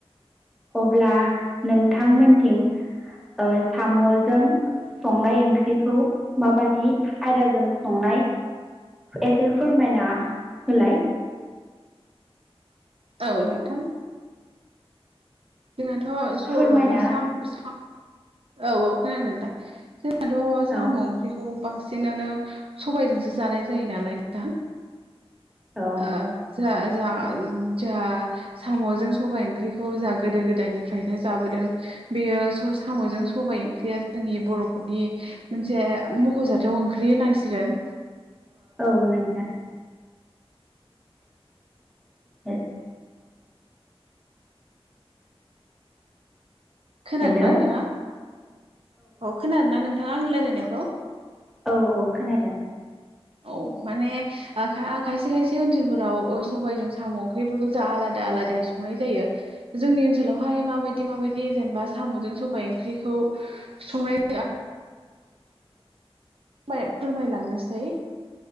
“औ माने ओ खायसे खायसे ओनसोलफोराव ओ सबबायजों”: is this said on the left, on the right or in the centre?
Right